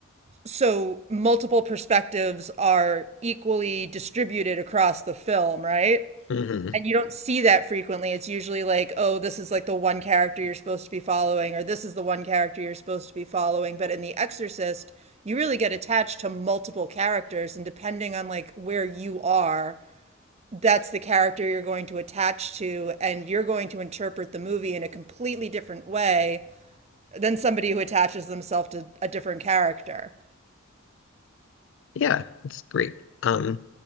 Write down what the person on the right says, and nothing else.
so multiple perspectives are equally distributed across the film, right?
And you don't see that frequently. It's usually like, oh, this is like the one character you're supposed to be following, or this is the one character you're supposed to be following. But in The Exorcist, you really get attached to multiple characters, and depending on like where you are, that's the character you're going to attach to, and you're going to interpret the movie in a completely different way than somebody who attaches themselves to a different character